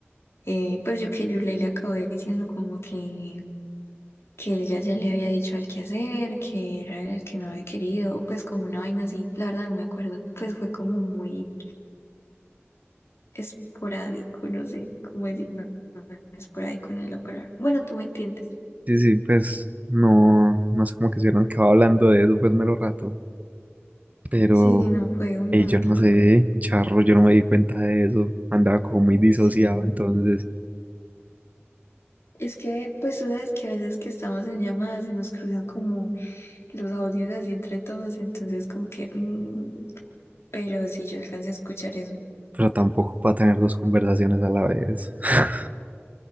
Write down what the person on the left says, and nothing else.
eh, pues yo que Yurley le acabé diciendo como que que él ya, ya le había dicho al que hacer, que era el que no había querido, o pues como una vaina así, la verdad no me acuerdo, pues fue como muy esporádico, no sé cómo decir, no, esporádico no es la palabra. Bueno, tú me entiendes.
Sí, sí, no, fue un
momentico.
Sí.
Es que, pues tú sabes que a veces que estamos en llamadas se nos cruzan como los audios así entre todos, entonces como que, mm, pero sí, yo alcancé a escuchar eso.